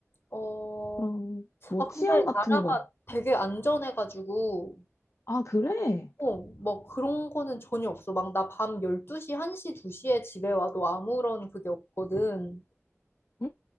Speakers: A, on the left; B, on the left.
A: 어,
B: 그럼, 뭐,
A: 아
B: 치안
A: 근데
B: 같은
A: 나라가
B: 거.
A: 되게 안전해가지고.
B: 아, 그래?
A: 어, 뭐 그런 거는 전혀 없어. 막 나 밤 12시, 1시, 2시에 집에 와도 아무런 그게 없거든.
B: 응,